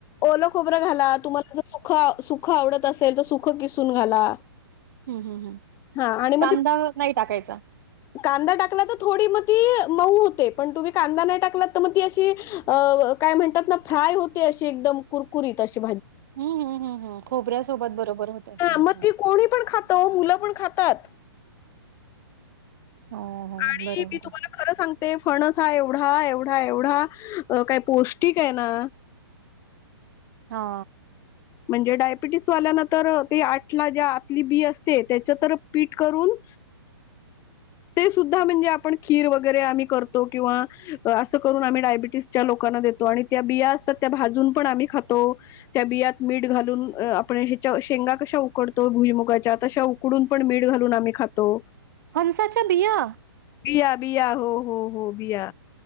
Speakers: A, on the left; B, on the right.
A: ओल खोबरं घाला तुम्हालाख सुख आवडत असेल तर सुख किसून घाला
B: हम्म हम्म हम्
A: हां आणि मग
B: कांदा
A: ते
B: नाही टाकायचा
A: कांदा टाकला तर थोडी मग ती मऊ होते पण तुम्ही कांदा नाही टाकलात तर मग ती अशी काय म्हणतात ना फ्राय होते अशी एकदम कुरकुरीत अशी
B: हम्म हम्म हम्म हम्म खोबऱ्यासोबत बरोबर होतं हम्म
A: मग
B: हम्म.
A: ती कोणी पण खात मुलं पण खातात
B: हो हो
A: आणि
B: बरोबर
A: मी तुम्हाला खरं सांग ते फणस हा एवढा, एवढा, एवढा काय पौष्टिकय ना,
B: हा
A: म्हणजे डायबिटीस वाल्याना तर ते आठला ज्या आपली बी असते त्याच्या तर पीठ करून, ते सुद्धा म्हणजे आपण खीर वगैरे आम्ही करतो किंवा असं करून आम्ही डायबिटीसच्या लोकांना देतो आणि त्या बिया असतात त्या भाजून पण आम्ही खातो. त्या बियात मीठ घालून आपण ह्याच्या शेंगा कशा उकडतो भुईमुगाच्या तशा उकडून पण मीठ घालून आम्ही खातो.
B: फणसाच्या बिया?
A: बिया- बिया हो- हो. हो बीया,